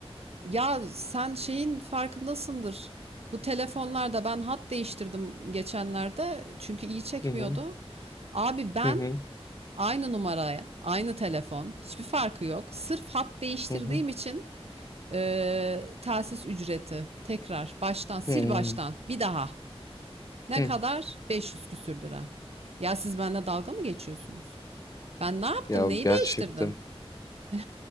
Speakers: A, on the right; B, on the left.
A: ya sen şeyin farkındasındır. Bu telefonlarda ben hat değiştirdim geçenlerde çünkü iyi çekmiyordu.
B: Hı hı
A: Abi ben
B: hı hı
A: Aynı numaraya, aynı telefon, hiçbir farkı yok. Sırf hat değiştirdiğim
B: hı
A: için eee, telsiz ücreti tekrar baştan
B: hı.
A: sil baştan bir daha. Ne
B: hı.
A: kadar? 500 küsür lira. Ya siz benimle dalga mı geçiyorsunuz? Ben ne yaptım?
B: Ya
A: Neyi
B: gerçekten.
A: değiştirdim? <laughs>